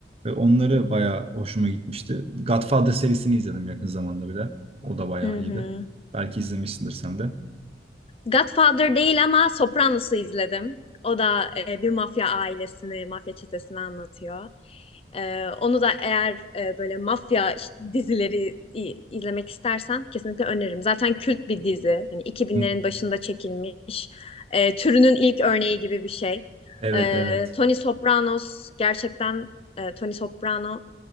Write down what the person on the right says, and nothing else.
ve onları bayağı hoşuma gitmişti. Godfather serisini izledim yakın zamanda bile. O da bayağı
iyiydi. Belki izlemişsindir sen de.
Hı.
Evet
evet.